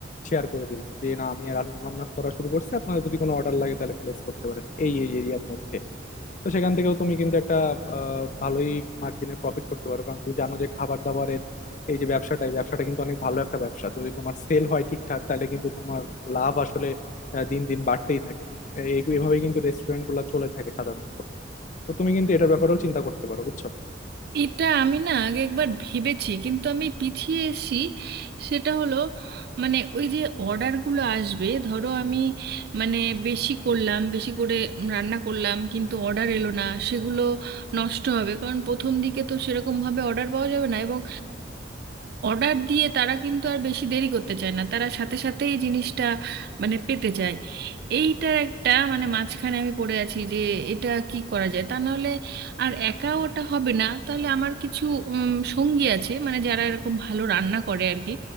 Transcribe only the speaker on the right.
এটা আমি না আগে একবার ভেবেছি কিন্তু আমি পিছিয়ে এসেছি সেটা হলো মানে ওই যে অর্ডারগুলো আসবে ধরো আমি মানে বেশি করলাম বেশি করে রান্না করলাম কিন্তু অর্ডার এলো না সেগুলো নষ্ট হবে কারণ প্রথম দিকে তো সেরকমভাবে অর্ডার পাওয়া যাবে না এবং অর্ডার দিয়ে তারা কিন্তু আর বেশি দেরি করতে চায় না তারা সাথে সাথেই জিনিসটা মানে পেতে চায় এইটার একটা মানে মাঝখানে আমি পড়ে আছি যে এটা কি করা যায় তা নাহলে আর একা ওটা হবে না তাহলে আমার কিছু উম, সঙ্গী আছে মানে যারা এরকম ভালো রান্না করে আর কি